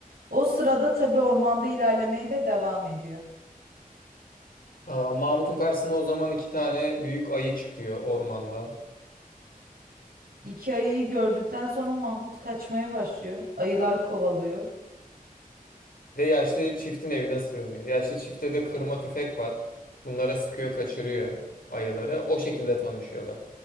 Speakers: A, on the right; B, on the left.
A: O sırada tabii ormanda ilerlemeye de devam ediyor.
B: tamam, Mahmut'un karşısına o zaman iki tane büyük ayı çıkıyor ormanda.
A: İki ayıyı gördükten sonra Mahmut kaçmaya başlıyor. Ayılar kovalıyor.
B: Ve yaşlı çiftin evine sığınıyor. Yaşlı çifte de kırma tüfek var. Bunlara sıkıyor, kaçırıyor ayıları. O şekilde tanışıyorlar.